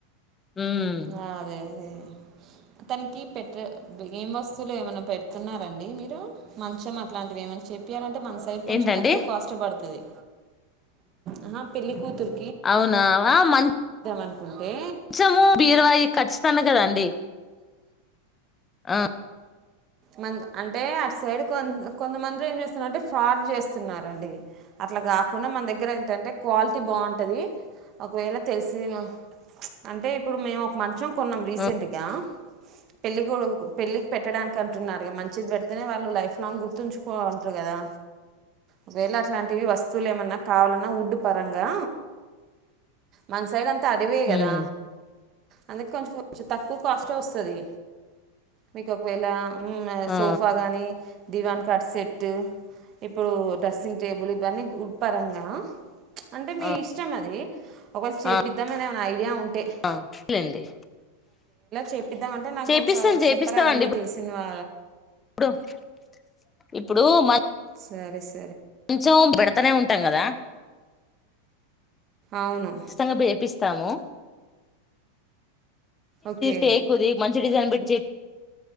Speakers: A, on the left; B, on the right.
A: ఉమ్.
B: ఆ అదే అదే అతనికి పెట్ట ఏం వస్తువులు ఏమన్నా పెడుతున్నారండి మీరు మంచం అట్లాంటివి ఏమన్నా చెపియాల మన సైడ్ కొంచెం
A: ఏంటండి
B: తక్కువ కాస్ట్ పడుతది అహా పెళ్ళికూతురు
A: అవునా ఆ మ మంచము
B: అనుకుంటే
A: బీరవాయి కచ్చితంగా కదండి ఆ
B: మ అంటే అటు సైడ్ కొ కొంతమంది ఏం చేస్తున్నారుంటే ఫ్రాడ్ చేస్తున్నారండి అట్లా కాకుండా మన దగ్గర ఏంటంటే క్వాలిటీ బాగుంటది ఒకవేళ తెలిసి చెప్ అంటే ఇప్పుడు మేము ఒక మ మంచం కొన్నాం రీసెంట్గా
A: ఆ,
B: పెళ్ళికొడుకు పెళ్ళకి పెట్టడానికి అంటున్నారు మంచిది పెడితేనే వాళ్ళు లైఫ్ లాంగ్ గుర్తుంచుకోవాలంటారు కదా ఒకవేళ అట్లాంటివి వస్తువులు ఏమన్నా కావాలన్నా ఉడ్డు పరంగా మన సైడ్ అ త అడివే కదా
A: ఉమ్,
B: అందు కొంచం కొంచెం తక్కువ కాస్ట్ వస్తది మీకు ఒకవేళ హు
A: ఆ,
B: సోఫా గాని దివాన్ కట్ సెట్ ఇప్పుడు డ్రెస్సింగ్ టేబుల్ ఇవన్నీ గు వుడ్ పరంగా అంటే మీ
A: ఆ,
B: ఇష్టం అది ఒకవళు చేపిద్దమనే
A: ఆ,
B: ఏం ఐ ఐడియా ఉం టే
A: ఆ. లేండి
B: చేపిద్దాంమంటే నాకు
A: చేపిస్తాం
B: ఒకసారి
A: చేపిస్తామండి
B: చె కాదు అండి తెలిసిం వా
A: <unintelligible> ఇప్పుడు మం
B: సరే స
A: కొంచెం పేడుతనే ఉంటాం కదా
B: అవును
A: ఇష్టం అప్పుడు చేపిస్ స్తాము
B: ఓకే
A: టేకు ది మంచి డిజైన్ పెట్టి చెప్